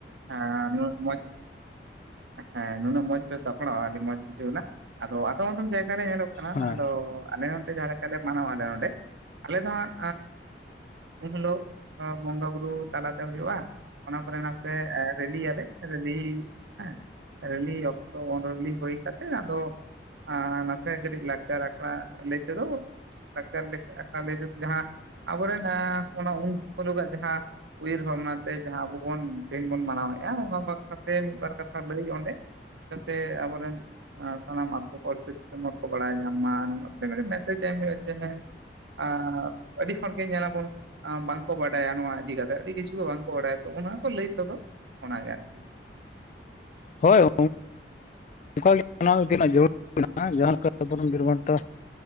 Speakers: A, on the right; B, on the left.
A: <unintelligible> ᱦᱮᱸ ᱱᱩᱱᱟᱹᱜ ᱢᱚᱸᱡᱽ ᱯᱮ ᱥᱟᱯᱲᱣᱟ ᱟᱹᱰᱤ ᱢᱚᱸᱡᱽ ᱵᱩᱡᱷᱟᱹᱣ ᱮᱱᱟ ᱟᱫᱚ ᱟᱫᱚᱢ ᱟᱫᱚᱢ ᱡᱟᱭᱜᱟ ᱨᱮ ᱧᱮᱞᱚᱜ ᱠᱟᱱᱟ
B: ᱦᱳᱭ
A: ᱟᱫᱚ ᱟᱞᱮ ᱚᱱᱛᱮ ᱡᱟᱦᱟᱸ ᱞᱮᱠᱟ ᱢᱟᱱᱟᱣ ᱫᱟ ᱚᱸᱰᱮ ᱟᱞᱮ ᱫᱚ ᱦᱟᱸᱜ ᱩᱱ ᱦᱤᱞᱳᱜ ᱵᱚᱸᱜᱟ ᱵᱩᱨᱩ ᱛᱟᱞᱟ ᱛᱮ ᱦᱳᱭᱳᱜᱼᱟ᱾ ᱚᱱᱟ ᱯᱚᱨᱮ ᱱᱟᱥᱮ ᱨᱮᱞᱤᱭᱟᱞᱮ ᱨᱮᱞᱤ ᱦᱮᱸ ᱨᱮᱞᱤ ᱚᱠᱛᱚ ᱚᱸᱰᱮ ᱨᱮᱞᱤ ᱦᱩᱭ ᱠᱟᱛᱮ ᱟᱫᱚ ᱟᱨ ᱱᱟᱥᱮ ᱠᱟᱹᱴᱤᱡ ᱞᱟᱠᱪᱟᱨ ᱟᱠᱲᱟ ᱞᱟᱹᱭ ᱛᱮ ᱫᱚ, ᱞᱟᱠᱪᱟᱨ ᱞᱮᱠᱟ ᱞᱟᱹᱭ ᱛᱮ ᱫᱚ ᱡᱟᱦᱟᱸ ᱟᱵᱚ ᱨᱮᱱ ᱚᱱᱟ ᱩᱱ ᱦᱩᱞᱳᱜ ᱟᱜ ᱡᱟᱦᱟᱸ ᱩᱭᱦᱟᱹᱨ ᱵᱷᱟᱵᱽᱱᱟ ᱛᱮ ᱡᱟᱦᱟᱸ ᱟᱵᱚ ᱵᱚᱱ ᱛᱮᱦᱤᱧ ᱵᱚᱱ ᱢᱟᱱᱟᱣᱮᱜᱼᱟ ᱚᱱᱟ ᱵᱟᱠᱷᱨᱟ ᱛᱮ ᱢᱤᱫ ᱵᱟᱨ ᱠᱟᱛᱷᱟ ᱞᱟᱹᱭ ᱚᱸᱰᱮ ᱡᱟᱛᱮ ᱟᱵᱚ ᱨᱮᱱ ᱥᱟᱱᱟᱢ ᱟᱹᱛᱩ ᱦᱚᱲ ᱥᱮ ᱫᱤᱥᱚᱢ ᱠᱚ ᱵᱟᱲᱟᱭ ᱧᱟᱢ ᱢᱟ <unintelligible> ᱢᱮᱥᱮᱡ ᱟᱭ ᱮᱢ ᱡᱮ ᱦᱮᱸ ᱟᱨ ᱟᱹᱰᱤ ᱦᱚᱲ ᱜᱮ ᱧᱮᱞ ᱟᱵᱚᱱ ᱵᱟᱝ ᱠᱚ ᱵᱟᱰᱟᱭᱟ ᱱᱚᱣᱟ ᱤᱫᱤ ᱠᱟᱛᱮᱜ ᱟᱹᱰᱤ ᱠᱤᱪᱷᱩ ᱜᱮ ᱵᱟᱝ ᱠᱚ ᱵᱟᱰᱟᱭᱟ ᱛᱚ ᱚᱱᱟ ᱠᱚ ᱞᱟᱹᱭ ᱥᱚᱫᱚᱨ ᱚᱱᱟᱜᱮ ᱟᱨᱠᱤ᱾
B: ᱦᱳᱭ <unintelligible> ᱡᱟᱹᱨᱩᱲ ᱢᱮᱱᱟᱜᱼᱟ ᱡᱟᱦᱟᱸ ᱞᱮᱠᱟ ᱟᱵᱚ ᱨᱤᱱ ᱵᱤᱨ ᱵᱟᱱᱴᱟ,